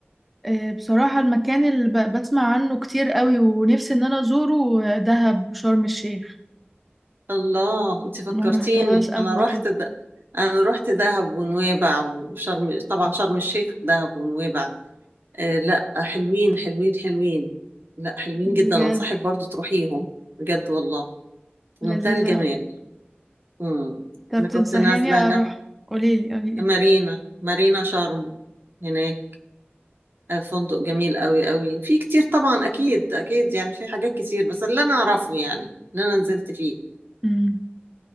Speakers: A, in the centre; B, on the right.
A: آه، بصراحة المكان اللي ب- بسمع عنه كتير قوي ونفسي ان انا ازوره آه، دهب وشرم الشيخ
B: الله انت فكرتيني
A: ما رحتهاش قبل
B: انا رحت
A: كده
B: ده انا رحت دهب ونويبع وشرم طبعا شرم الشيخ دهب ونويبع آه لا حلوين حلوين حلوين لا حلوين
A: بجد
B: جدا انصحك برضو تروحيهم بجد والله في
A: لذيذة
B: منتهى الجمال مم.
A: طب
B: انا كنت
A: تنصحيني
B: نازله
A: اروح
B: هناك
A: قوليلي قوليلي
B: مارينا مارينا شرم هناك آه فندق جميل قوي قوي في كتير طبعا اكيد اكيد يعني في حاجات كتير بس اللي انا اعرفه يعني اللي انا نزلت فيه
A: امم